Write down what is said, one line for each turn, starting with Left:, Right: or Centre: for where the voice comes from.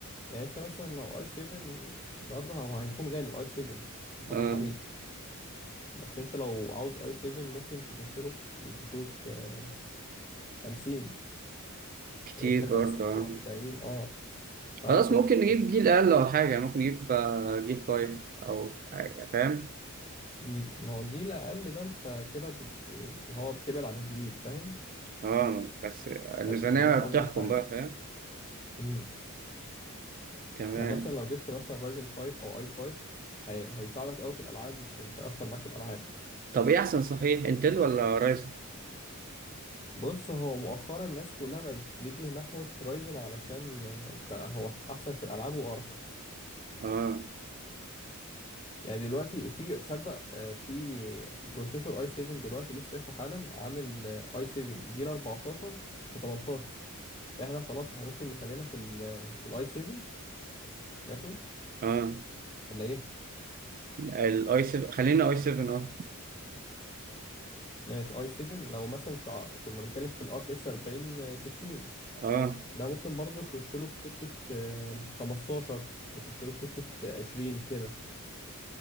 Left: يعني انت مثلا لو اي 7 برضه هو هيكون غالي الاي 7 مش
Right: آه
Left: هضحك عليك بس انت لو عاوز اي 7 ممكن تخش له في يخش له في 50
Right: كتير
Left: يعني انت 50
Right: برضه
Left: و40
Right: آه.
Left: اه فانا
Right: خلاص
Left: كنت
Right: ممكن نجيب جيل اقل ولا حاجة ممكن نجيب آه، جيل 5 او آه، فاهم
Left: مم. ما هو الجيل اقل ده انت كده بت... اللي هو بتبعد عن الجديد فاهم
Right: اه بس الميزانية
Left: فدي فدي مش
Right: بتحكم
Left: افضل حاجه
Right: بقى فاهم
Left: امم
Right: تمام
Left: يعني مثلا لو جبت مثلا رايزن 5 او اي 5 هي... هيساعدك قوي في الالعاب مش مش هيأثر معاك في الالعاب
Right: طب ايه احسن صحيح انتل ولا رايزن
Left: بص هو مؤخرا الناس كلها بقت بتتجه نحو رايزن علشان آه، بقى هو احسن في الالعاب وارخص
Right: اه
Left: يعني دلوقتي وفي صدق آه، في بروسيسور اي 7 دلوقتي لسه شايفه حالا عامل اي 7 جيل 14 ب 18 فاحنا خلاص احنا ممكن نخلينا في ال في الاي 7 ماشي
Right: اه
Left: ولا ايه
Right: الاي 7 خلينا اي 7 اه
Left: ماشي اي 7 لو مثلا تع... كنا بنتكلم في الار تي اكس 40 60
Right: اه
Left: ده ممكن برضو يخش له في سكة آه، 15 يخش له في سكة 20 كده